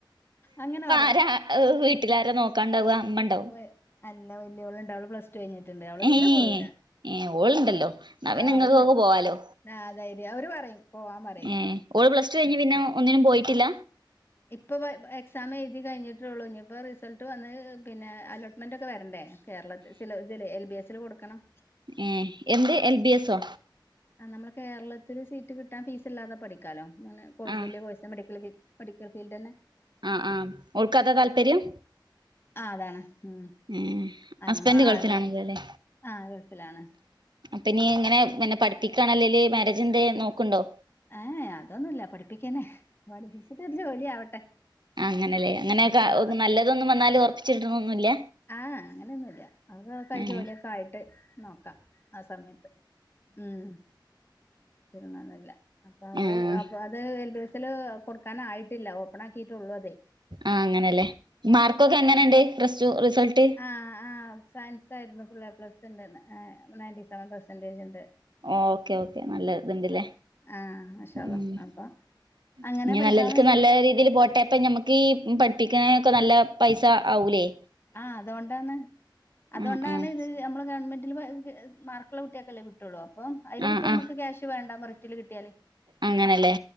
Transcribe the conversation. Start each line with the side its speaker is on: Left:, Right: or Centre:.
Left: അങ്ങനെ പറി.
Right: ആഹാ വീട്ടിലാര നോക്കാണ്ടാവ, അമ്മണ്ടോ?
Left: വ- അല്ല വല്യോള്ണ്ട് അവള് പ്ലസ്റ്റു കഴിഞ്ഞിട്ട്ണ്ട് അവള് തീരെ
Right: ഏഹ്
Left: പോരൂല
Right: ഏഹ് ഓള് ണ്ടല്ലോ ന്നാ പിന്നെങ്ങക്കൊക്കെ
Left: ആഹ് അവളുണ്ട്
Right: പോവാലോ
Left: ആഹ് ധൈര്യം അവര് പറയും പോവാൻ പറയും
Right: ഏഹ് ഓൾ പ്ലസ് ടു കഴിഞ് പിന്നെ ഒന്നിനും പോയിട്ടില്ല
Left: ഇപ്പൊ വ എക്സാം എഴുതി കഴിഞ്ഞിട്ടേ ഉള്ളൂ ഇനീപ്പ റിസൾട്ട് വന്ന് പിന്ന അലോട്ട്മെന്റ് ഒക്കെ വരണ്ടേ കേരളത്തില് സില ഇതില് എൽ. ബി. എസിൽ കൊടുക്കണം.
Right: ഏ എന്ത് എൽ ബി എസോ
Left: ആ നമ്മള് കേരളത്തിൽ സീറ്റ് കിട്ടാൻ ഫീസ് ഇല്ലാതെ പഠി ക്കാലോ. ന്നാ ന്നെ കോഴ്സ്
Right: ആഹ്
Left: വലിയ കോഴ്സ് മെഡിക്കൽ മെഡിക്കൽ ഫീൽഡന്നെ
Right: ആഹാ ആഹാ ഓൾക്കതാ താല്പര്യം?
Left: ആഹ് അതാണ് ഉം
Right: ഉം
Left: അയ്ന്
Right: ഹസ്ബൻഡ്
Left: മാ
Right: ഗൾഫിലാണല്ലോ
Left: ത്
Right: അല്ലേ
Left: ആഹ് ഗൾഫിലാണ്
Right: പിന്നെ ഇയ്യ് ഇങ്ങനെ പിന്നെ പഠിപ്പിക്കാണെ അല്ലേല് മാരേജെ ന്തേം നോക്ണ്ടോ
Left: ഏ അതൊന്നുല്ല പഠിപ്പിക്കന്നെ, പഠിപ്പിച്ചിട്ടോരു ജോലി ആവട്ടെ.
Right: അങ്ങനല്ലേ അങ്ങനെയൊക്കെ
Left: ഇൻഷാ അള്ളാ
Right: നല്ലതൊന്നും വന്നാല് ഉറപ്പിച്ചിട്ണോന്നുല്ല
Left: ആ അങ്ങനെയൊന്നുല്ല അതൊക്ക
Right: ഏഹ്
Left: ജോലിയൊക്കെ ആയിട്ട് നോക്കാ ആ സമയത്ത് ഉം <unintelligible> ന്ന്ല്ല. അപ്പ അവള്
Right: ആഹ്
Left: അപ്പ അത് എൽ ബി എസിൽ കൊടുക്കാനായിട്ടില്ല ഓപ്പൺ ആക്കിയിട്ടുള്ളൂ അതേ
Right: ആഹ് അങ്ങനെ ല്ലേ മാർക്കൊക്കെ എങ്ങനെണ്ട്? ഫ്രസ്റ്റു റിസൾട്ട്
Left: ആ ആ സയൻസ് ആയിരുന്നു ഫുള്ളെ പ്ലസ് ഉണ്ട്ര്ന്ന് നയന്റി സെവൻ പെർസെന്റേജ് ഉണ്ട്
Right: ഓ ഓക്കെ ഓക്കെ നല്ല ഇതുണ്ട്ല്ലേ.
Left: ആഹ് മാഷാ അള്ളാ
Right: ഉം...
Left: അപ്പൊ
Right: !
Left: അങ്ങനെ
Right: ഇഞ്ഞി
Left: പഠിക്കാൻ
Right: നല്ലൽക്ക്
Left: വേണ്ടിട്ട്
Right: നല്ല രീതീല് പോട്ടെ ഇപ്പ നമ്മക്ക് ഈ പഠിപ്പിക്കന്നൊക്കെ നല്ല പൈസ ആവൂലെ
Left: ആഹാ അതുകൊണ്ടാണ്, അതുകൊണ്ടാണ്
Right: ആഹ് ആഹ്
Left: ഇത് നമ്മള്- ഗവൺമെന്റില് മാർക്കുള്ള കുട്യാക്കല്ലേ കിട്ടുള്ളു. ട്ടുള്ളൂ അപ്പം അയ്ല്
Right: ആഹ്
Left: കിട്ടിയാ
Right: ആഹ്
Left: നമുക്ക് ക്യാഷ് വേണ്ട മെറിറ്റില് കിട്ടിയാല്
Right: അങ്ങനല്ലേ